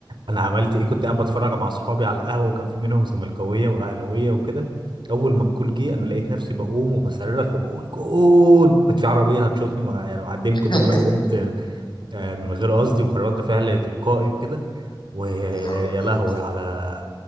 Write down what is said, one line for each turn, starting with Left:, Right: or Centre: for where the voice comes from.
Right: انا عملت ايه كنت قاعد بتفرج مع اصحابي على القهوه وكان في منهم زملكاويه واهلاويه وكده اول ما الجول جه انا لقيت نفسي بقوم وبصرخ وبقول جون كنت في عربيه هتشوطني ويعني معديه من
Left: <laughs>
Right: كتر ما انا ما قمت آه من غير قصدي وكان رد فعل تلقائي وكده ويا
Left: يا نهار ابيض
Right: لهوي على